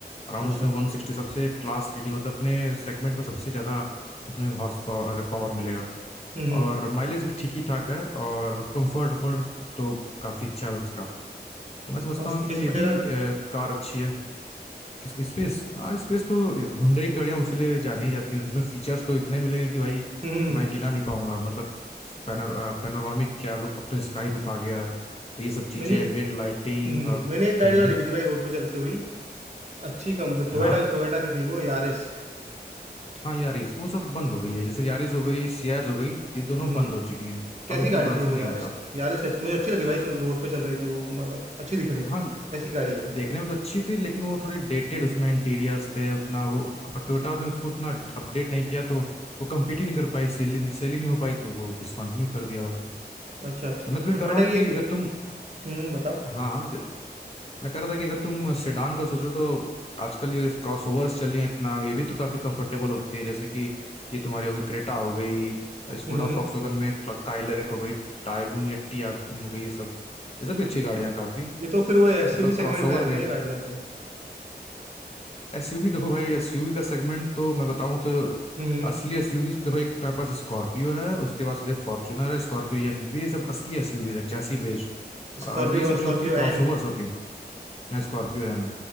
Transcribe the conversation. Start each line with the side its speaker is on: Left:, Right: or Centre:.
Left: अराउंड
Right: अच्छा
Left: उसमें 160 सबसे क्लास लीडिंग मतलब अपने सेगमेंट में सबसे ज़्यादा उसमें हॉर्स पावर पावर मिलेगा
Right: हम्म
Left: और माइलेज भी ठीक ही ठाक है और कंफर्ट वर्ट तो काफ़ी अच्छा है उसका तो मैं समझता
Right: और स्पेस
Left: हूँ कि
Right: वगैरह
Left: ये भी अ, कार अच्छी है स्पेस हाँ स्पेस तो Hyundai की गाड़ियां उसीलिए जानी ही जाती हैं उसमें फीचर्स तो इतने मिलेंगे कि भाई
Right: हम्म
Left: मैं गिना नहीं पाऊंगा मतलब पैनर पैनोरामिक क्या लोग अब तो स्काई रूफ आ गया है तो ये सब चीजें
Right: मैंने
Left: एम्बियंट लाइटिंग
Right: हम्म,
Left: और
Right: मैंने एक गाड़ी
Left: हम्म
Right: और
Left: हम्म,
Right: देखी थी भाई रोड पे चलती हुई अच्छी कंपनी टोयोटा
Left: हाँ
Right: टोयोटा की थी वो यारिस
Left: हाँ यारिस वो सब बंद हो गई है जैसे यारिस हो गई
Right: अच्छा
Left: सियाज हो गई ये दोनों
Right: हम्म
Left: बंद हो चुकी हैं
Right: कैसी
Left: अब इनका
Right: गाड़ी
Left: प्रोडक्शन
Right: थी वो
Left: नहीं
Right: यारिस
Left: होता
Right: यारिस कैसी मुझे अच्छी लगी भाई चलो रोड पे चल रही थी वो मतलब अच्छी दिख रही थी
Left: हाँ
Right: कैसी गाड़ी है वो
Left: देखने में तो अच्छी थी लेकिन वो थोड़ी डेटेड उसमें इंटीरियर्स थे उतना वो टोयोटा ने उसको उतना अपडेट नहीं किया तो वो कम्पीट ही नहीं कर पाई सेल ही सेल ही नहीं हो पाई तो वो डिसकंटिन्यू कर दिया उसने
Right: अच्छा अच्छा
Left: तो मैं तुम्हें
Right: तो फिर
Left: कह
Right: टोयोटा
Left: रहा हूँ
Right: की
Left: कि
Right: ये
Left: अगर तुम
Right: हम्म बताओ
Left: हाँ हाँ, द- मैं कह रहा था कि अगर तुम सेडान का सोच रहे हो तो आजकल ये क्रॉसओवर्स चली हैं इतना ये भी तो काफ़ी कंफर्टेबल होती हैं जैसे कि ये तुम्हारी हो गई क्रेटा हो गई स्कोडा
Right: हम्म
Left: फॉक्सवैगन में काइलैक हो गई टाइगुन या टियागुन हो गई ये सब ये सब भी अच्छी गाड़ियाँ हैं काफ़ी
Right: ये तो फिर वो एसयूवी
Left: मतलब
Right: सेगमेंट
Left: क्रॉसओवर
Right: में आ गई
Left: भी
Right: ना ये गाड़ियाँ तो
Left: एसयूवी देखो भाई एसयूवी का सेगमेंट तो मैं बताऊं तो
Right: हम्म
Left: असली एसयूवी देखो एक तुम्हारे पास स्कॉर्पियो है उसके बाद सीधे फॉर्च्यूनर है स्कॉर्पियो एन ये सब असली एसयूवी है चैसी बेस्ड
Right: स्कॉर्पियो
Left: और ये सब
Right: कौन
Left: जो
Right: Scorpio
Left: होती है क्रॉसओवर्स
Right: N
Left: होती हैं स्कॉर्पियो एन